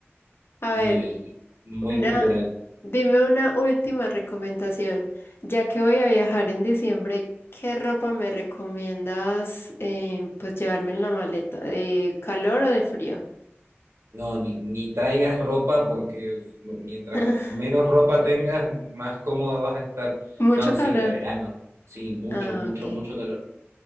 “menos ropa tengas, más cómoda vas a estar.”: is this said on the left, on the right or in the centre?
Right